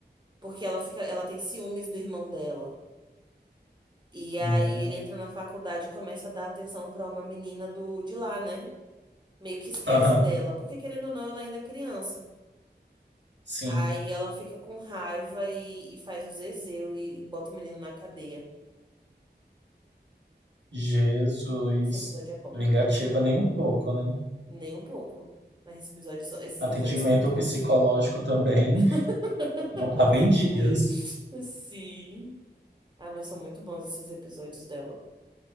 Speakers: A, on the right; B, on the right.
A: Porque ela fica, ela tem ciúmes do irmão dela. E aí
B: Hum.
A: ele entra na faculdade e começa a dar atenção pra uma menina do de lá, né? Meio que esquece
B: Aham.
A: dela, porque querendo ou não, ela ainda é criança.
B: Sim.
A: Aí ela fica com raiva e, e faz o zezéu e, e bota o menino na cadeia.
B: Jesus.
A: Esse episódio é bom.
B: Vingativa nem um pouco, né?
A: Nem um pouco. Mas esse episódio só- esses
B: Atendimento
A: episódios são muito bons.
B: psicológico também
A: <laughs>
B: não tava em dias.
A: Sim. Ah, mas são muito bons esses episódios dela.